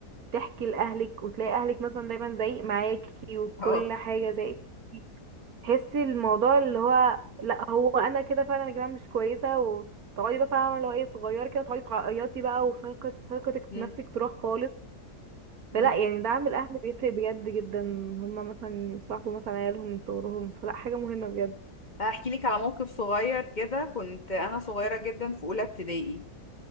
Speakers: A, on the right; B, on the left.
A: تحكي لأهلك وتلاقي أهلك مثلا دايما زايق معاكي وكل
B: اه
A: حاجة زايق تحسي الموضوع اللي هو لا هو أنا كده فعلا يا جماعة مش كويسة وتقعدي بقى فاهمة اللي هو ايه صغير كده تقعدي تعيطي بقى وثقة ثقتك
B: مم.
A: في نفسك تروح خالص
B: مم.
A: فلا يعني دعم الأهل بيفرق بجد جدا هما مثلا يصاحبوا مثلا عيالهم من صغرهم فلا حاجة مهمة بجد
B: هحكي لك على موقف صغير كده كنت انا صغيره جدا في اولى ابتدائي